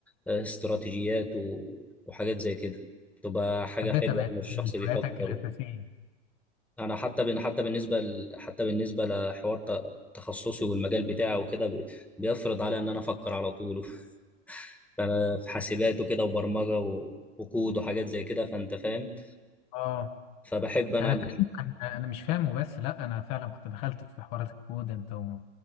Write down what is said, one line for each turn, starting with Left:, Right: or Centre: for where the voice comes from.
Centre: استراتيجيات و- وحاجات زي كده تبقى حاجة
Left: حبيت
Centre: حلوة
Left: ابقى
Centre: يعني الشخص بيفكر
Left: هواياتك الاساسيه
Centre: و- أنا حتى بن- حتى بالنسبة ل... حتى بالنسبة لحوار ت- تخصصي والمجال بتاعه وكده بي- بيفرض عليا إن أنا أفكر على طول <laughs> فأنا في حاسبات وكده وبرمجة و... وكود وحاجات زي كده فأنت فاهم
Left: اه
Centre: فبحب أنا
Left: انا
Centre: ال...
Left: فاهم انا أنا مش فاهمه بس لا انا فعلا كنت دخلت في حوارات الكود انت و...